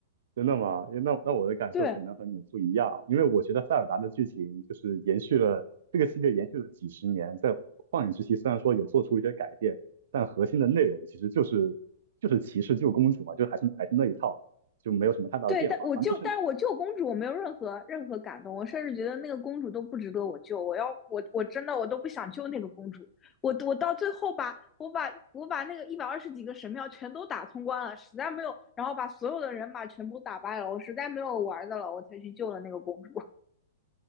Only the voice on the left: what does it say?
对，
对，但我救，
但是我救公主，我没有任何任何感动，我甚至觉得那个公主都不值得我救。我要我我真的我都不想救那个公主。我我到最后把我把我把那个一百二十几个神庙全都打通关了，实在没有，然后把所有的人马全部打败了，我实在没有玩的了，我才去救了那个公主。